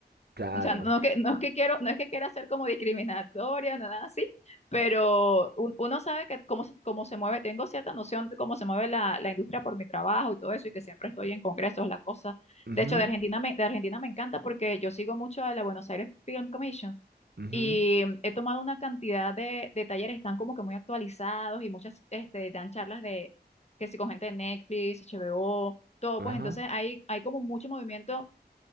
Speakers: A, on the right; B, on the left.
A: claro
B: O sea, no que, no es que quiero, no es que quiera ser como discriminatoria, nada así, pero un- uno sabe que cómo se, cómo se mueve, tengo cierta noción de cómo se mueve la, la industria por mi trabajo y todo eso, y que siempre estoy en congresos, la cosa.
A: Ujú,
B: De hecho, de Argentina me, de Argentina me encanta porque yo sigo mucho a la Buenos Aires Film Commission
A: ujú,
B: y he tomado una cantidad de, de talleres, están como que muy actualizados y muchas este, dan charlas de que si con gente de Netflix, HBO, todo,
A: ajá
B: pues entonces hay, hay como mucho movimiento